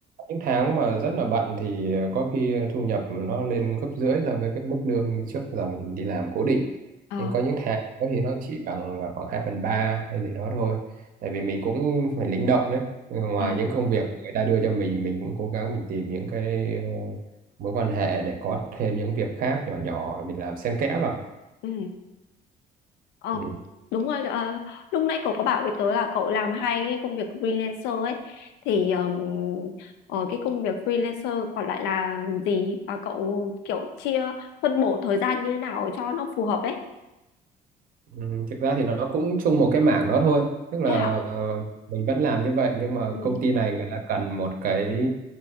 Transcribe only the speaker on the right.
Những tháng mà rất là bận thì ờ, có khi thu nhập nó lên gấp rưỡi so với cái mức lương trước giờ mình đi làm cố định.
Nhưng có những tháng có khi nó chỉ bằng khoảng 2 phần 3 hay gì đó thôi. Tại vì mình cũng phải linh động đấy. Ngoài
những công việc người ta đưa cho mình, mình cũng cố gắng mình tìm những cái ờ, mối quan hệ để có thêm những việc khác nhỏ nhỏ mình làm xen kẽ vào
Ừ.
Ừ, Thực ra thì nó cũng chung một cái mảng đó thôi tức
là
ờ, mình vẫn làm như vậy nhưng mà
công ty này người ta cần một cái